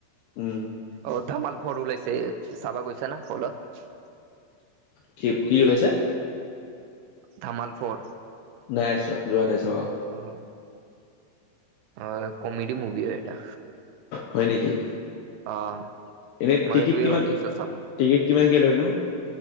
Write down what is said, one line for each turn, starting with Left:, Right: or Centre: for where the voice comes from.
Left: উম।
Right: অ ধামাল ফৰ ওলাইছে চাবা গৈছো না হলত?
Left: কি কি ওলাইছে?
Right: ধামাল ফৰ।
Left: নাই চোৱা যোৱা নাই চাব।
Right: অ হয় কমেডি মুভি হয় এটা।
Left: হয় নেকি।
Right: অ'।
Left: এনে
Right: মই
Left: টিকিট
Right: এইটোৱে
Left: কিমান
Right: ভাবি আছো চাম
Left: টিকিট কিমান কে লৈনো?